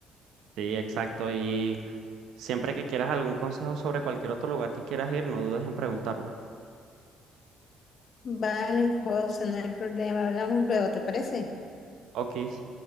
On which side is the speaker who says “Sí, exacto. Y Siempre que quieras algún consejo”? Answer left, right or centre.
Right